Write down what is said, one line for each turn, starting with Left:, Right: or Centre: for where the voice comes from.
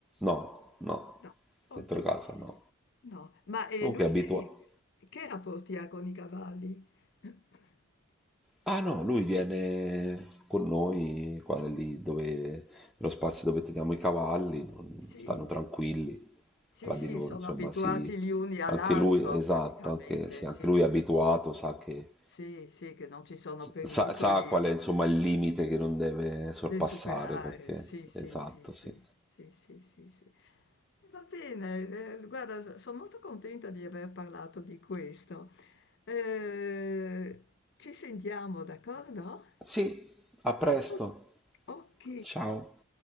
Centre: No, no,
Left: No, okay.
Centre: dentro casa no.
Left: No, ma, ehm,
Centre: Comunque
Left: lui
Centre: è abitua.
Left: che che rapporti ha con i cavalli? <clears throat>
Centre: Ah no, lui viene con noi qua lì dove, nello spazio dove teniamo i cavalli, non-
Left: Sì,
Centre: stanno tranquilli
Left: sì,
Centre: tra
Left: sì,
Centre: di loro,
Left: sono
Centre: insomma,
Left: abituati
Centre: sì.
Left: gli uni all'altro
Centre: Anche lui, esatto,
Left: praticamente,
Centre: anche, sì,
Left: sì,
Centre: anche lui
Left: sì.
Centre: è abituato, sa che,
Left: Sì, sì, che non ci sono pericoli.
Centre: sa, sa qual è, insomma, il limite che non deve sorpassare,
Left: Devi superare,
Centre: perché,
Left: sì, sì,
Centre: esatto,
Left: sì, sì,
Centre: sì.
Left: sì, sì, sì, sì. E Va bene, eh, guarda, so- sono molto contenta di aver parlato di questo. Eh, ci sentiamo, d'accordo?
Centre: Sì, a presto,
Left: O- Ok.
Centre: ciao.